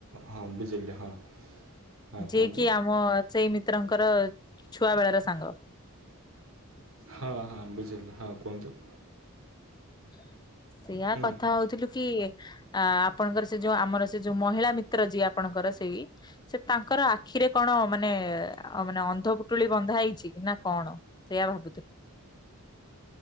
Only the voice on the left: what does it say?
ଯିଏ
କିି ଆମ ସେଇ ମିତ୍ରଙ୍କର ଛୁଆ ବେଳ ର ସାଙ୍ଗ।
ହ <unintelligible> ସେଇଆ
କଥା ହଉଥିଲୁ କି ଆ ଆପଣଙ୍କର ସେ ଯୋଉ ଆମର ସେ ଯୋଉ ମହିଳା ମିତ୍ର ଯିଏ। ଆପଣଙ୍କର ସେଇ ସେ ତାଙ୍କର ଆଖିରେ କଣ ମାନେ ମାନେ ଅନ୍ଧପୁଟୁଳି ବନ୍ଧା ହେଇଛି କି ନା କଣ। ସେଇୟା ଭାବୁଥିଲୁ।